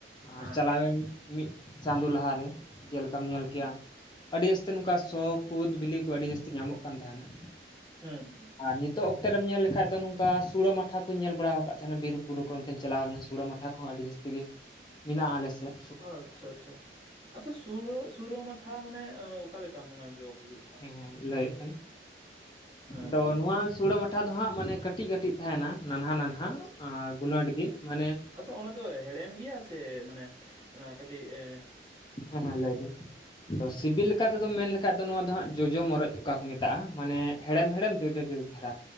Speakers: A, on the right; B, on the left.
A: ᱦᱮᱸ
B: ᱟᱨ ᱪᱟᱞᱟᱣᱮᱱ
A: ᱦᱮᱸ
B: ᱢᱤᱫ ᱪᱟᱸᱫᱳ ᱞᱟᱦᱟᱨᱮ ᱡᱮᱞᱮᱠᱟᱢ ᱧᱮᱞ ᱠᱮᱭᱟ
A: ᱦᱩᱸ
B: ᱟᱹᱰᱤ ᱡᱟᱹᱥᱛᱤ ᱱᱚᱝᱠᱟ ᱥᱚ ᱠᱩᱫ ᱵᱤᱞᱤ ᱠᱚ ᱟᱹᱰᱤ ᱡᱟᱹᱥᱛᱤ ᱧᱟᱢᱚᱜ ᱠᱟᱱ ᱛᱟᱦᱮᱱᱟ ᱾
A: <unintelligible>
B: ᱟᱨ ᱱᱤᱛᱚᱜ ᱚᱠᱛᱮ ᱨᱮᱢ ᱧᱮᱞ ᱞᱮᱠᱷᱟᱡ ᱫᱚ ᱥᱩᱲᱟᱹ ᱢᱟᱴᱷᱟ ᱠᱚᱧ ᱧᱮᱞ ᱵᱟᱲᱟ ᱟᱠᱟᱫ ᱛᱟᱦᱮᱱᱟ ᱵᱤᱨ ᱵᱩᱨᱩ ᱠᱚ ᱚᱱᱛᱮᱧ ᱪᱟᱞᱟᱣ ᱞᱮᱱᱟ ᱥᱩᱲᱟᱹ ᱢᱟᱴᱷᱟ ᱠᱚᱦᱚᱸ ᱟᱹᱰᱤ ᱡᱟᱥᱛᱤ ᱜᱮ ᱢᱮᱱᱟᱜᱼᱟ ᱟᱞᱮ ᱥᱮᱫ ᱾
A: ᱟᱪᱪᱷᱟ ᱟᱪᱪᱷᱟ, ᱟᱪᱪᱷᱟ ᱥᱩᱲᱟᱹ ᱢᱟᱴᱷᱟ ᱢᱟᱱᱮ ᱚᱠᱟ ᱞᱮᱠᱟᱱ ᱚᱱᱟ ᱡᱚ ᱦᱩᱭᱩᱜᱼᱟ?
B: ᱦᱮᱸ ᱦᱮᱸ ᱞᱟᱹᱭᱮᱫ
A: ᱤᱧ
B: ᱛᱟᱦᱮᱸᱱ
A: ᱦᱮᱸ
B: ᱱᱚᱣᱟ
A: ᱞᱟᱹᱭ ᱵᱤᱱ
B: ᱥᱩᱲᱟᱹ ᱢᱟᱴᱷᱟ ᱫᱚ ᱦᱟᱸᱜ ᱢᱟᱱᱮ ᱠᱟᱹᱴᱤᱡ ᱠᱟᱹᱴᱤᱡ ᱛᱟᱦᱮᱱᱟ ᱱᱟᱱᱦᱟ ᱱᱟᱱᱦᱟ ᱦᱟᱸᱜ ᱟᱨ ᱜᱩᱞᱟ ᱜᱤ ᱢᱟᱱᱮ
A: ᱛᱚ ᱚᱱᱟ ᱫᱚ ᱦᱮᱲᱮᱢ ᱜᱮᱭᱟ ᱥᱮ ᱢᱟᱱᱮ ᱚᱱᱟ ᱠᱟᱹᱴᱤᱡ ᱮᱸ ᱻ
B: ᱦᱮᱸ ᱦᱮᱸ ᱞᱟᱹᱭ ᱵᱤᱱ ᱾ ᱛᱚ ᱥᱤᱵᱤᱞ ᱞᱮᱠᱟ ᱛᱮᱫᱚ ᱢᱮᱱ ᱞᱮᱠᱷᱟᱡ ᱫᱚ ᱱᱚᱣᱟ ᱫᱚ ᱦᱟᱸᱜ ᱡᱚᱡᱚ ᱢᱚᱨᱚᱡ ᱚᱠᱟ ᱠᱚ ᱢᱮᱛᱟᱜᱼᱟ ᱢᱟᱱᱮ ᱦᱮᱲᱮᱢ
A: ᱟᱪᱪᱷᱟ
B: ᱦᱮᱲᱮᱢ
A: ᱟᱪᱪᱷᱟ
B: ᱡᱚᱡᱚ ᱡᱚᱡᱚ ᱫᱷᱟᱨᱟ